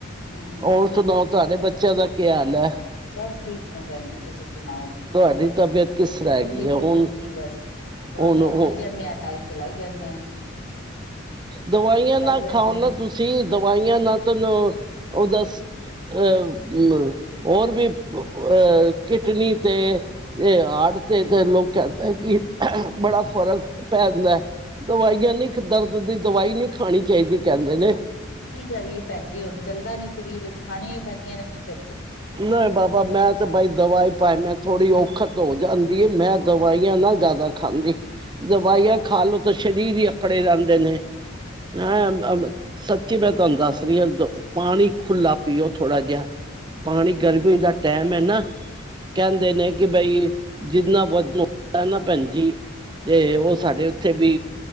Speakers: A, on the left; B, on the right.
A: ਹਮ
B: ਹੋਰ ਸੁਣਾਓ? ਤੁਹਾਡੇ ਬੱਚਿਆਂ ਦਾ ਕੀ ਹਾਲ ਹੈ?
A: ਸਭ ਠੀਕ ਨੇ। ਭੈਣ ਜੀ ਤੁਸੀਂ ਸੁਣਾਓ?
B: ਤੁਹਾਡੀ ਤਬੀਅਤ ਕਿਸ ਤਰ੍ਹਾਂ
A: ਚਲਦੀ
B: ਹੈਗੀ ਹੈ
A: ਪਈ
B: ਹੁਣ
A: ਗਡੀ ਬਸ। ਦਵਾਈਆਂ
B: ਹੁਣ ਉਹ
A: ਖਾਈ ਜਾਂਦੇ ਹਾਂ। ਟਾਈਮ ਚਲਾਈ ਜਾਂਨੇ ਹਾਂ।
B: ਦਵਾਈਆਂ ਨਾ
A: ਜਾਂਦੇ
B: ਖਾਓ
A: ਆ
B: ਨਾ ਤੁਸੀਂ। ਸੀ ਦਵਾਈਆਂ ਨਾ ਤੈਨੂੰ ਉਹ ਦਸ ਅ-ਹੋਰ ਵੀ ਅਹ ਕਿਡਨੀ ਤੇ ਤੇ ਹੜ ਤੇ ਤੇ ਲੋਕ ਕਹਿੰਦੇ ਕਿ ਬੜਾ ਫ਼ਰਕ ਪੈ ਜਾਂਦਾ ਹੈ। ਦਵਾਈਆਂ ਨੀ। ਦਰਦ ਦੀ ਦਵਾਈ ਨਹੀਂ ਖਾਣੀ ਚਾਹੀਦੀ, ਕਹਿੰਦੇ ਨੇ।
A: ਕੀ ਕਰੀਏ ਭੈਣ ਜੀ? ਹੁਣ ਚੱਲਦਾ ਨੀ ਸ਼ਰੀਰ। ਖਾਣੀਆਂ ਹੀ ਪੈਂਦੀਆਂ ਨੇ ਕੀ ਕਰੀਏ?
B: ਨਹੀਂ ਬਾਬਾ ਮੈਂ ਤੇ ਬਈ ਦਵਾਈ, <unintelligible> ਮੈਂ ਥੋੜ੍ਹੀ ਔਖਤ ਹੋ ਜਾਂਦੀ ਹੈ। ਮੈਂ ਦਵਾਈਆਂ ਨਾ ਜ਼ਿਆਦਾ ਖਾਂਦੀ। ਦਵਾਈਆਂ ਖਾ ਲੋ ਤਾਂ ਸ਼ਰੀਰ ਹੀ ਅਕੜੇ ਜਾਂਦੇ ਨੇ। <unintelligible> ਮੈਂ ਅਬ ਸੱਚੀ ਮੈਂ ਤੁਹਾਨੂੰ ਦੱਸ ਰਹੀ ਹਾਂ, ਦ-ਪਾਣੀ ਖੁੱਲਾ ਪੀਓ ਥੋੜ੍ਹਾ ਜਿਹਾ। ਪਾਣੀ, ਗਰਮੀ ਦਾ ਟੈਮ ਹੈ ਨਾ। ਕਹਿੰਦੇ ਨੇ ਕਿ ਬਈ ਜਿੰਨਾ ਵ <unintelligible> ਨਾ ਭੈਣਜੀ ਤੇ ਉਹ ਸਾਡੇ ਉੱਥੇ ਵੀ